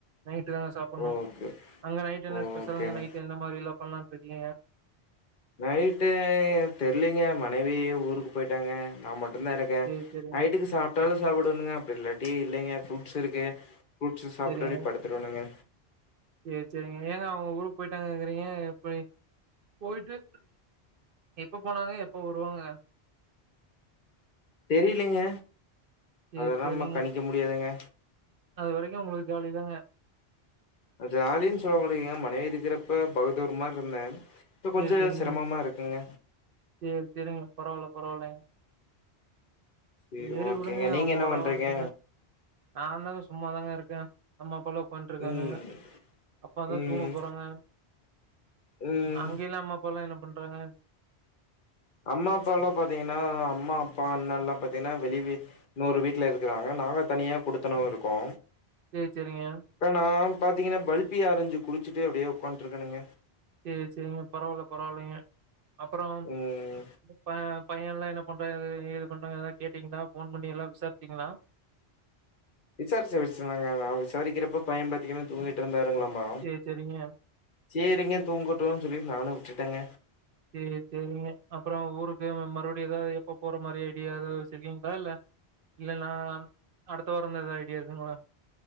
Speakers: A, on the right; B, on the left.
A: நைட்டு தாங்க சாப்புட்ணு
B: ஓகே.
A: அங்க நைட் என்ன
B: ஓகேங்க.
A: ஸ்பெஷல்ங்க நைட் எந்த மாரில்லா பண்லான்ருக்கீங்க
B: நைட்டு தெரிலங்க மனைவி ஊருக்கு போயிட்டாங்க நா மட் டு தா இருக்கு
A: சேரி சேரிங்க
B: நைட்டுக்கு சாப்ட்டாலு சாப்டுவனுங்க அப்டி இல்லாட்டி இல்லைங்க ஃப்ரூட்ஸ் இருக்கு ஃப்ரூட்ஸு சாப்புட்டு
A: சேரிங்க
B: அப்டே படுத்துருவணுங்க
A: சேரி சேரிங்க ஏங்க அவுங்க ஊருக்கு போய்ட்டாங்கங்கிறீங்க எப்பிடி போய்ட்டு எப்ப போனாங்க எப்ப வருவாங்க
B: தெரிலீங்க
A: சேரி
B: அதெல்லா
A: சேரிங்க
B: நம்ம கணிக்க முடியாதுங்க
A: அது வரைக்கு உங்களுக் ஜாலி தாங்க
B: ஜாலின் சொல்ல முடிலீங்க மனைவி இருக்கறப்ப பகுதூர் மார்ருந்தே இப்ப
A: சேரி
B: கொஞ்ச
A: சேரிங்க
B: சிரமமா இருக்குங்க
A: சேரி சேரிங்க பரவால்ல பரவால்லைங்
B: சரி
A: சேரி
B: ஓகேங்க.
A: உடுங்க அவுங்க
B: நீங்க என்ன
A: வர
B: பண்றீங்க?
A: வரைக்கு தா நானு தாங்க சும்மாதாங்க இருக்கே அம்மா அப்பாலா ஒக்காந்ட்ருக்காங்க
B: ம்
A: அப்பா தா
B: ம்
A: தூங்க போறாங்க
B: ம்
A: அங்கில்லா அம்மா அப்பாலா என்ன பண்றாங்க
B: அம்மா அப்பாலா பாத்தீங்கன்னா அம்மா அப்பா அண்ணல்லா பாத்தீங்கனா வெளியவே இன்னோரு வீட்ல இருக்கறாங்க நாங்க தனியா குடுத்தனோ இருக்கோ
A: ம் செரிங்க
B: ப்ப நா பாத்தீங்கனா பல்ப்பி ஆரஞ்சு குடிச்சிட்டு அப்டியே உக்காந்ட்ருக்கணுங்க
A: சேர் சேரிங்க பரவால்ல பரவால்லைங்க அப்பறோ
B: ம்
A: உங்க ப பைய எல்லா என்ன பண்றா எது ஏது பண்றா அதுலா கேட்டீங்ளா ஃபோன் பண்ணி எல்லா விசார்ச்சீங்ளா
B: விசார்ச்ச விஸ்சிர்ந்தாங்க நா விசாரிக்கிறப்ப பைய பாத்தீங்ன்னா தூங்கிட்ருந்தாருங்களாமா
A: சேர் சேரிங்க
B: சேரிங்க தூங்கட்டுன் சொல்லிட் நானு விட்டுட்டங்க
A: சேர் சேரிங்க அப்பறோ ஊருக்கு மறுப்டியு எதா எப்ப போற மாரி ஐடியா எது வெச்சிருக்கீங்ளா இல்ல இல்லனா அடுத்த வாரந்தா எது ஐடியா இருக்குங்ளா